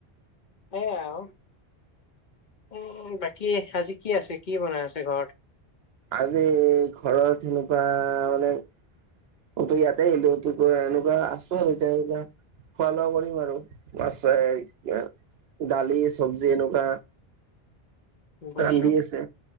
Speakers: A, on the left; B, on the right.
A: সেইয়াই আৰু। উম, বাকী আজি কি আছে? কি বনাই আছে ঘৰত?
B: আজি ঘৰত সেনেকুৱা মানে অ', তো ইয়াতেই আহিলোঁ, ত' এনেকুৱা আছো আৰু এতিয়া এইয়া খোৱা লোৱা কৰিম আৰু, মাছ চাই দালি, চবজি এনেকুৱা
A: বুজিছোঁ,
B: ৰান্ধি আছে।